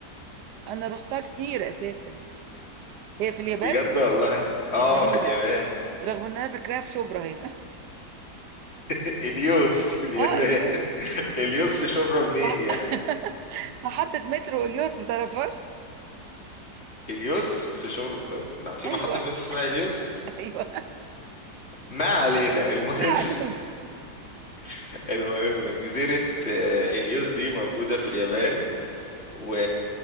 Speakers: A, on the right (about 80°); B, on the left (about 40°).
A: انا رحتها كتير اساسا هي في اليابان
B: بجد والله اه
A: غريبة
B: في اليابان
A: رغم ان انا فاكراها في شبرا هنا
B: <laughs> إليوس في اليابان
A: <laughs> اه اليوس
B: <laughs> إليوس في شبرا منين
A: مح-
B: يعني
A: <laughs> محطة مترو اليوس متعرفهاش
B: إليوس في شبرا في
A: ايوه
B: محطة مترو اسمها إليوس
A: ايوه <laughs>
B: ما علينا المهم
A: ما علينا
B: <laughs> المهم جزيرة آه، إليوس دي موجودة في اليابان و...